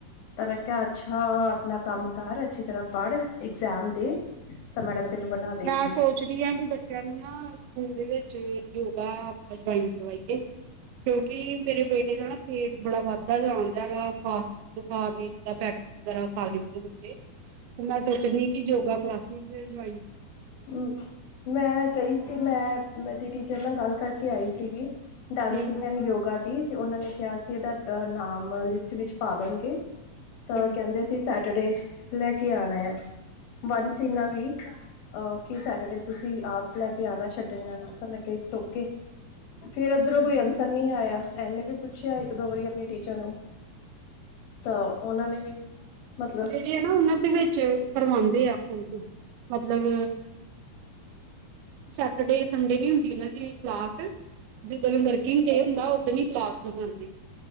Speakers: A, on the left (about 75°); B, on the right (about 80°).
A: ਤਾਂ ਮੈਂ ਕਿਹਾ, ਅੱਛਾ, ਆਪਣਾ ਕੰਮ ਕਰ ਅੱਛੀ ਤਰ੍ਹਾਂ। ਪੜ੍ਹ, ਇਗਜਾਮ ਦੇ, ਤਾਂ ਮੈਡਮ ਤੈਨੂੰ ਬਣਾ ਦੇਗੀ
B: ਮੈਂ ਸੋ ਸ਼ਿਰਿਆ ਦੇ ਬੱਚਿਆਂ ਨੂੰ ਨਾ ਸਕੂਲ ਦੇ ਵਿੱਚ ਯੋਗਾ, ਆਪ ਜੁਆਇਨ ਕਰਵਾਈ ਏ। <unintelligible> ਕਿਉਂਕਿ, ਮੇਰੇ ਬੇਟੇ ਦਾ ਨਾ ਪੇਟ ਬੜਾ ਵੱਧਦਾ ਜਾਂਦਾ ਵਾ ਫਾਸਟ ਫੂਡ ਖਾ ਕੇ। ਐ ਪੈਕ ਵਗੈਰਾ ਖਾ ਲੈਦੇ ਬੱਚੇ। ਮੈਂ ਸੋਚਨੀ ਕਿ ਯੋਗਾ ਕਲਾਸਿਸ ਜੋਆਇ
A: ਹੂੰ, ਮੈਂ ਗਈ ਸੀ। 'ਤੇ ਮੈਂ, ਮੈ ਏਦੀ ਟੀਚਰ ਨਾਲ ਗੱਲ ਕਰਕੇ ਆਈ ਸੀਗੀ, ਡਾਂਸਿੰਗ
B: ਹਮ
A: ਐਂਡ ਯੋਗਾ ਦੀ। ਤੇ ਉਹਨਾਂ ਨੇ ਕਿਹਾ ਸੀ, ਇਹਦਾ ਨਾਮ ਲਿਸਟ ਵਿਚ ਪਾ ਦੇਣਗੇ। ਤਾਂ
B: ਹਮ
A: ਕਹਿੰਦੇ ਸੀ ਸ ਟੁਡੇ, ਲੈ ਕੇ ਆਣਾ ਆ। ਵੰਸ ਇਨਾ ਦੀ ਅ ਕੀ, ਸੈਟਰਡੇ ਤੁਸੀਂ ਆਪ ਲੈ ਕੇ ਆਣਾ, ਛੱਡਣ। ਮੈਂ ਕਿਹਾ, ਇਟਸ ਓਕੇ। ਫਿਰ ਓਧਰੋਂ ਕੋਈ
B: ਹਮ
A: ਅਂਸਰ ਨੀ ਆਇਆ। ਐਨੇ ਵੀ ਪੁੱਛਿਆ ਇੱਕ- ਦੋ ਵਾਰੀ ਆਪਣੀ ਟੀਚਰ ਨੂੰ। ਤਾਂ ਉਹਨਾਂ ਨੇ ਵੀ ਮਤਲਬ
B: ਤੇ ਏ ਨਾ ਉਹਨਾਂ ਦੇ ਵਿੱਚ ਕਰਵਾਂਦੇ ਆ ਖੁਦ। ਮਤਲਬ ਸੈਟਰਡੇ- ਸੰਡੇ ਨੀ ਹੁੰਦੀ ਇੰਨਾਂ ਦੀ ਕਲਾਸ। ਜਿਦਣ ਵਰਕਿੰਗ ਡੇ ਹੁੰਦਾ, ਓਦਣ ਹੀ ਕਲਾਸ ਲਗਾਂਦੇ।